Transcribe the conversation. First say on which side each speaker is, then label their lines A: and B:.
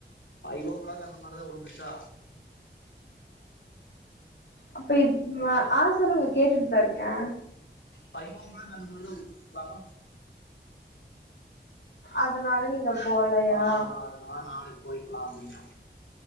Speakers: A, on the left; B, on the left.
A: ஃபைவோ கிளாக் அந்த மாரிதா ஒளு உஷா
B: அப்ப இது ம ஆ சொல்லுங்க கேட்டுட்டுதான் இருக்கேன்
A: ஃபைவோ கிளாக் அந்த மாரி தா <unintelligible>
B: அதனால நீங்க போலையா
A: ஆ அதனால நாளைக்கு போயி க்லா அப்டீன்னு